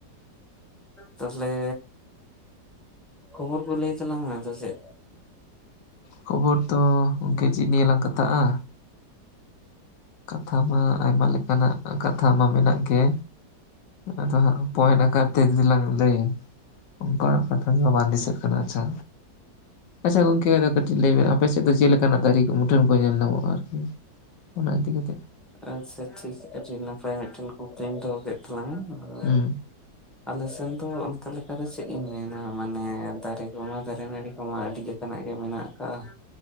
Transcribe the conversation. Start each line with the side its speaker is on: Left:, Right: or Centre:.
Centre: ᱛᱟᱞᱦᱮ ᱠᱷᱚᱵᱚᱨ ᱠᱚ ᱞᱟᱹᱭ ᱛᱟᱞᱟᱝ ᱢᱮ ᱟᱫᱚ ᱪᱮᱫ?
Left: ᱠᱷᱚᱵᱚᱨ ᱫᱚ ᱜᱚᱝᱠᱮ ᱪᱮᱫ ᱱᱤᱭᱟᱹ ᱞᱟᱝ ᱠᱟᱛᱷᱟᱜ-ᱟ᱾ ᱠᱟᱛᱷᱟ ᱢᱟ ᱟᱭᱢᱟ ᱞᱮᱠᱟᱱᱟᱜ ᱠᱟᱛᱷᱟ ᱢᱟ ᱢᱮᱱᱟᱜ ᱜᱮ᱾ ᱟᱫᱚ ᱦᱟᱸᱜ ᱯᱚᱸᱭᱮᱴ ᱟᱠᱟᱨ ᱛᱮ ᱡᱩᱫᱤ ᱞᱟᱝ ᱞᱟᱹᱭᱟ᱾ ᱚᱝᱠᱟᱱᱟᱜ ᱠᱟᱛᱷᱟ ᱜᱮ ᱵᱟᱝ ᱫᱤᱥᱟᱹᱜ ᱠᱟᱱᱟ ᱟᱪᱪᱷᱟ᱾ ᱟᱪᱪᱷᱟ ᱜᱚᱝᱠᱮ ᱟᱨᱚ ᱠᱟᱹᱴᱤᱡ ᱞᱟᱹᱭ ᱵᱤᱱ ᱟᱯᱮ ᱥᱮᱫ ᱫᱚ ᱪᱮᱫ ᱞᱮᱠᱟᱱᱟᱜ ᱫᱟᱨᱮ ᱠᱚ ᱢᱩᱴᱷᱟᱹᱱ ᱠᱚ ᱧᱮᱞ ᱧᱟᱢᱚᱜᱼᱟ ᱟᱨᱠᱤ? ᱚᱱᱟ ᱤᱫᱤ ᱠᱟᱛᱮᱫ,
Centre: ᱟᱪᱪᱷᱟ ᱴᱷᱤᱠ ᱟᱹᱰᱤ ᱱᱟᱯᱟᱭ ᱢᱤᱫᱴᱮᱱ ᱠᱩᱠᱞᱤᱢ ᱫᱚᱦᱚ ᱠᱮᱫ ᱛᱟᱞᱟᱝᱼᱟ᱾
Left: ᱦᱩᱸ
Centre: <unintelligible> ᱥᱮᱱ ᱫᱚ ᱟᱫᱚ ᱛᱟᱞᱮ ᱟᱫᱚ ᱪᱮᱜ ᱤᱧ ᱢᱮᱱᱟ ᱢᱟᱱᱮ ᱫᱟᱨᱮ ᱠᱚᱢᱟ ᱫᱟᱨᱮ ᱱᱟᱹᱲᱤ ᱠᱚᱢᱟ ᱟᱹᱰᱤ ᱞᱮᱠᱟᱱᱟᱜ ᱜᱮ ᱢᱮᱱᱟᱜ ᱟᱠᱟᱜᱼᱟ᱾ <inaudible>